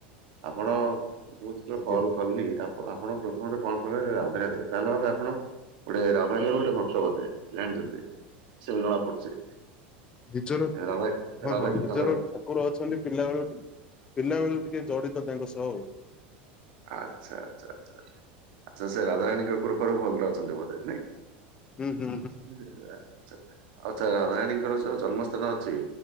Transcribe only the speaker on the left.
ଆଜ୍ଞା।
ନିଜର
ହଁ
ହଁ
ନିଜର ଠାକୁର ଅଛନ୍ତି ପିଲା ବେଳକୁ, ପିଲା ବେଳକୁ ଟିକେ ଜଡିତ ତାଙ୍କ ସହ ଆଉ।
ହୁଁ ହୁଁ